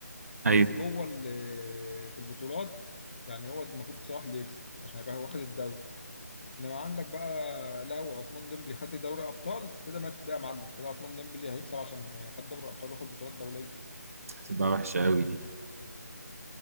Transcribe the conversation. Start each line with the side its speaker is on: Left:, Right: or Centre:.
Right: ايوه
Left: بس جوه ال- في البطولات يعني هو المفروض صلاح اللي يكسب عشان يبقى هو واخد الدوري انما عندك بقى لو عثمان ديمبلي خد دوري ابطال كده ماتت بقى يا معلم كده عثمان ديمبلي هيكسب عشان خد دوري ابطال واخد بطولات دوليه
Right: هتبقى وحشه قوي دي